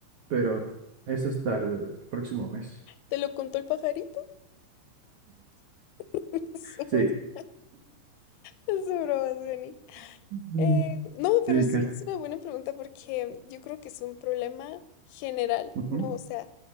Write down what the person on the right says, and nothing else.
pero eso hasta el próximo mes.
Sí,
Mm.
sí,
que.
ujú,